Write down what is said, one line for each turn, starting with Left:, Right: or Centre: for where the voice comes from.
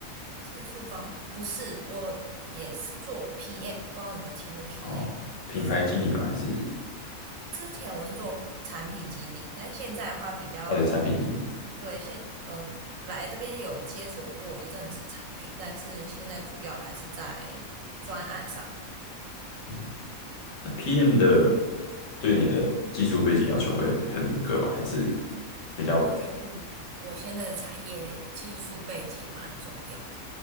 Right: 技术方不是，我也是做 PM，不知道你有没有听过 PM？
Left: 哦品牌经理吗？
Right: 对，
Left: 还是
Right: 之前我是做产品经理，但现在的话比较
Left: 哦对产品经理？
Right: 对现呃来这边有接触过一阵子产品，但是现在主要还是在专案上。
Left: 嗯，
Right: 对，
Left: PM 的对你的技术背景要求会很严格吗？还是比较
Right: 我觉得我现在的产业技术背景蛮重要的，